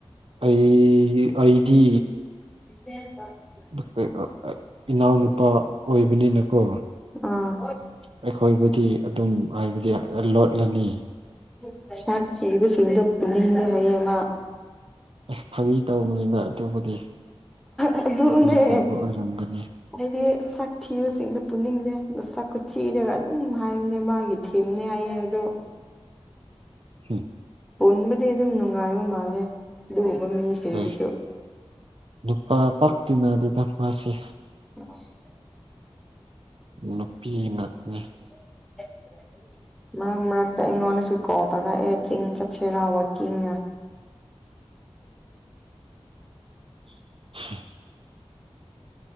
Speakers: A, on the right; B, in the centre.
A: ꯑꯩ ꯑꯩꯗꯤ
B: <unintelligible>
A: <unintelligible> ꯏꯅꯥꯎꯅꯄꯥ ꯑꯣꯏꯕꯅꯤꯅꯀꯣ
B: ꯑꯥ
A: ꯑꯩꯈꯣꯏꯕꯨꯗꯤ ꯑꯗꯨꯝ ꯍꯥꯏꯕꯗꯤ ꯂꯣꯠꯂꯅꯤ
B: <unintelligible>
A: ꯑꯁ ꯐꯥꯒꯤ ꯇꯧꯕꯅꯤꯗ ꯑꯗꯨꯕꯨꯗꯤ
B: ꯑꯗꯨꯅꯦ
A: ꯐꯥꯒꯤ ꯇꯧꯕ ꯑꯣꯏꯔꯝꯒꯅꯤ
B: ꯑꯩꯗꯤ ꯁꯛ ꯊꯤꯕꯁꯤꯡꯗ ꯄꯨꯅꯤꯡꯗꯦ ꯁꯛꯀ ꯊꯤꯔꯒ ꯑꯗꯨꯝ ꯍꯥꯏꯕꯅꯦ ꯃꯥꯒꯤ ꯊꯤꯟꯅꯤ ꯍꯤꯏꯌꯦ ꯑꯗꯣ
A: ꯎꯝ
B: ꯄꯨꯟꯕꯗꯤ ꯑꯗꯨꯝ ꯅꯨꯡꯉꯥꯏꯕ ꯃꯥꯜꯂꯦ ꯑꯗꯨꯒꯨꯝꯕ ꯃꯤꯁꯤꯡꯗꯨꯁꯨ
A: ꯎꯝ ꯅꯨꯄꯥ ꯄꯥꯛ ꯇꯤꯟꯅꯗꯦꯗ ꯃꯥꯁꯦ
B: ꯑꯣ <inaudible>
A: ꯅꯨꯄꯤ ꯉꯛꯅꯤ
B: <unintelligible> ꯃꯔꯛ ꯃꯔꯛꯇ ꯑꯩꯉꯣꯟꯗꯁꯨ ꯀꯕꯔꯥ ꯑꯦ ꯆꯤꯡ ꯆꯠꯁꯦꯔꯕ ꯀꯤꯡꯉ
A: <unintelligible>